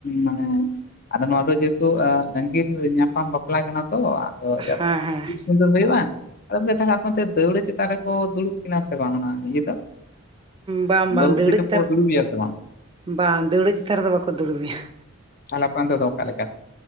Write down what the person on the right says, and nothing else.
ᱦᱮᱸ ᱦᱮᱸ
ᱵᱟᱝ ᱵᱟᱝ
ᱫᱟᱹᱣᱲᱟᱹ
ᱪᱮᱛᱟᱱ
ᱵᱟᱝ ᱫᱟᱹᱲᱩ ᱪᱮᱛᱟᱱ ᱨᱮᱫᱚ ᱵᱟᱠᱚ ᱫᱩᱲᱩᱵ ᱢᱮᱭᱟ <unintelligible>